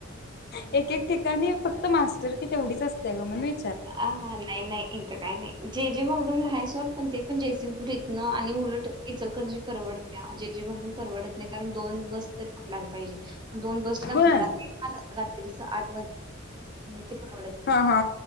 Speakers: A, on the left (about 50°); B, on the right (about 20°).
A: एक एक ठिकाऽऽ आणि फक्त मास्टर की तेवढीच असते ग म्हण मी.
B: अ हा नाही नाही इथं काय नाही जे जे मगऽऽ लय हाय सोड, पण ते पण जयसिंगपूर इथनं आणि उलट इचल करंजी परवडत्या, जे जे मगम परवडतऽऽ कारण दोन बस तर पकडयला पाहिजे. दोन बसला
A: होय
B: घरात रात्रीच आठ वाजता म ते. परवडत नाही.
A: हा हा